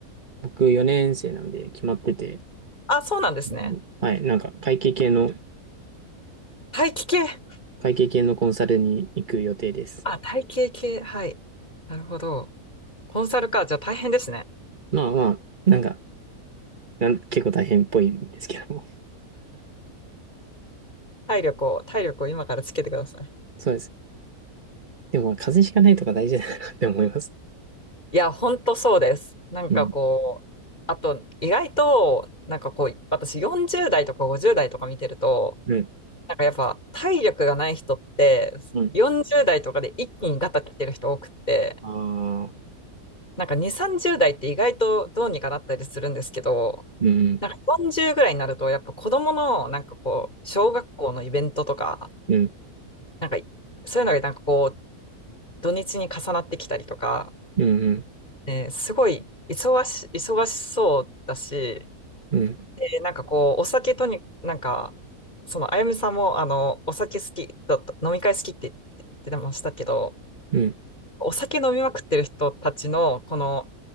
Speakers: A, on the right; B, on the left.
A: 僕4年生なんで決まってて、
B: あ、そうなんですね。
A: うんはい、なんか、会計系の、
B: 大気系。
A: 会計系のコンサルに行く予定です。
B: あ、体系系。はい。なるほど。コンサルか。じゃあ大変ですね。
A: まあまあ、なんか、なん、結構大変っぽいんですけども。
B: 体力を、体力を今からつけてください。
A: <laughs> そうです。でも、まあ風邪ひかないとか大事だなって思います。
B: いや、本当そうです。なんかこう、
A: うん、
B: あと、意外と、なんかこう、私40代とか50代とか見てると、
A: うん、
B: なんかやっぱ体力がない人って、
A: うん。
B: 40代とかで一気にガタ来てる人多くって、
A: ああ、
B: なんか2、30代って意外とどうにかなったりするんですけど、
A: うん、
B: なんか40ぐらいになると、やっぱ子供の、なんかこう、小学校のイベントとか、
A: うん、
B: なんか、そういうのがなんかこう、土日に重なってきたりとか、
A: うん、うん、
B: えーすごい忙し、忙しそうだし、
A: うん、
B: でなんかこう、お酒とに、なんか、その、あゆみさんも、あの、お酒好きだった、飲み会好きって言ってましたけど、
A: うん、うん、
B: お酒飲みまくってる人たちの、この、